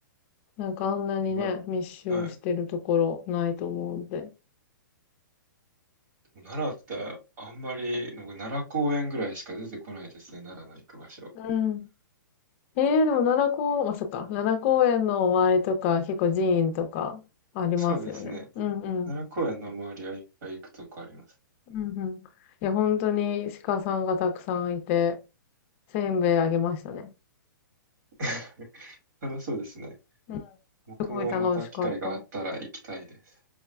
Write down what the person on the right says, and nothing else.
やっ
ぱはい。でも奈良ってあんまり、なんか奈良公園ぐらいしか出てこないですね。奈良の行く場所。
そうですね。
奈良公園の周りはいっぱい行くとこあります。
<laughs> 楽しそうですね。
僕もまた機会があったら行きたいです。